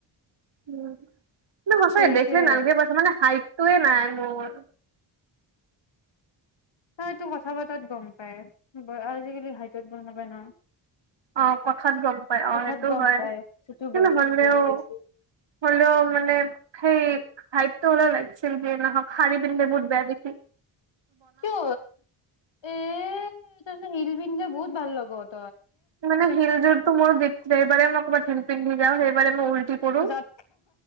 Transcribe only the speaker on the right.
উম সঁচাই
দেখিলে নালাগে পাইছে মানে হাইট তু এ নাই ন
অ কথাত গম পাই
অ সেইটো
হয়
কিন্তু
হলেও
হলেও মানে সেই হাইটটো হলও লাগিছিল বিয় নহওক খাৰি পিন্ধে বুত বেয়া দি
মানে শিলজাত তু মোৰ বিক মই কব পিং পিং যাওঁ সেইবাৰে মই উল্টি পৰো